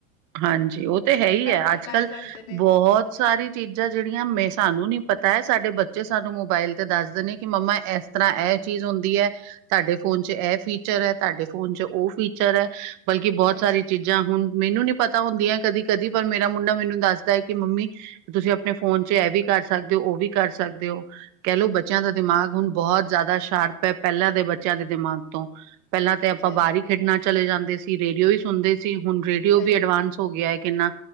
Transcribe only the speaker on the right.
ਹਾਂਜੀ ਉਹ ਤੇ ਹੈ ਹੀ
ਹੈ ਅੱਜ
ਕੱਲ
ਬਹੁਤ ਸਾਰੀ ਚੀਜ਼ਾਂ ਜਿਹੜੀਆਂ ਮੈਂ ਸਾਨੂੰ ਨੀ ਪਤਾ ਹੈ ਸਾਡੇ ਬੱਚੇ ਸਾਨੂੰ ਮੋਬਾਇਲ ਤੇ ਦੱਸਦੇ ਨੇ ਕਿ ਮੰਮਾ ਇਸ ਇਸ ਤਰ੍ਹਾਂ ਇਹ ਚੀਜ਼ ਹੁੰਦੀ ਹੈ। ਤੁਹਾਡੇ ਫੋਨ ਚ ਇਹ ਫੀਚਰ ਹੈ ਤੁਹਾਡੇ ਫੋਨ ਚ ਉਹ ਫੀਚਰ ਹੈ ਬਲਕਿ ਬਹੁਤ
ਸਾਰੀ ਚੀਜ਼ਾਂ ਜਾਂ ਹੁਣ ਮੈਨੂੰ ਨੀ ਪਤਾ ਹੁੰਦੀਆਂ ਕਦੀ ਕਦੀ ਪਰ ਮੇਰਾ ਮੁੰਡਾ ਮੈਨੂੰ ਦੱਸਦਾ ਹੈ ਕਿ ਮੰਮੀ ਤੁਸੀਂ ਆਪਣੇ ਫੋਨ ਚ ਇਹ ਵੀ ਕਰ ਸਕਦੇ ਹੋ ਉਹ ਵੀ ਕਰ ਸਕਦੇ ਹੋ। ਕਹਿਲਓ ਬੱਚਿਆਂ ਦਾ ਦਿਮਾਗ ਹੁਣ ਬਹੁਤ ਜ਼ਿਆਦਾ ਸ਼ਾਰਪ ਹੈ ਪਹਿਲਾਂ ਦੇ ਬੱਚਿਆਂ ਦੇ ਦਿਮਾਗ ਤੋਂ ਪਹਿਲਾਂ ਤੇ ਆਪਾਂ
ਬਾਹਰ ਹੀ ਖੇਡਣਾ ਚਲੇ ਜਾਂਦੇ ਸੀ। ਰੇਡੀਓ ਵੀ ਸੁਣਦੇ ਸੀ ਹੁਣ ਰੇਡੀਓ
ਵੀ ਅਡਵਾਂਸ ਹੋ ਗਿਆ ਹੈ ਕਿੰਨਾ